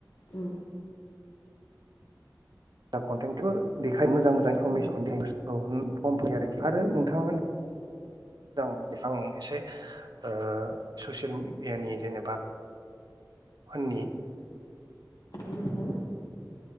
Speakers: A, on the left (about 70°); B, on the right (about 70°).
A: औ
B: दा कन्टेन्टखौ देखाय मोजां मोजां इनफरमेसन
A: औ
B: देखायो। औ हो खम फैयो आरोखि आरो
A: औ
B: नोंथाङा मोजां। फां एसे ओ ससियेल। मैयानि जेनेबा अननि।
A: <unintelligible>